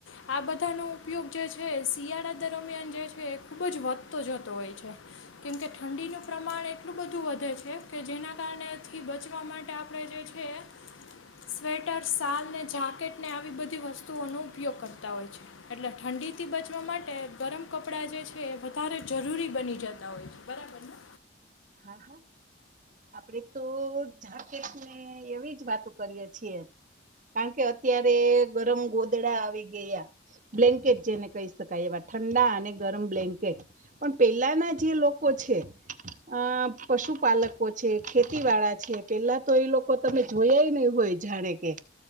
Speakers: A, on the left (about 80°); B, on the right (about 40°).
A: આ બધાનો ઉપયોગ જે છે શિયાળા દરમિયાન જે છે એ ખૂબ જ વધતો જતો હોય છે કેમકે ઠંડીનું પ્રમાણ એટલું બધું વધે છે કે જેના કારણે થી બચવા માટે આપણે જે છે સ્વેટર શાલ ને જાકેટને આવી બધી વસ્તુઓનો ઉપયોગ કરતા હોય છે એટલે ઠંડીથી બચવા માટે ગરમ કપડાં જે છે એ વધારે જરૂરી બની જતા હોય છે બરાબરને
B: હા હા આપડે તો જાકેટને એવી જ વાતો કરીયે છીએ કારણ કે અત્યારે ગરમ ગોદડા આવી ગયા બ્લેન્કેટ જેને કહી શકાય એવા ઠંડા અને ગરમ બ્લેન્કેટ પણ પેલાના જે લોકો છે અ પશુપાલકો છે ખેતી વાળા છે પેલા તો એ લોકો તમે જોયાય નહી હોય જાણે કે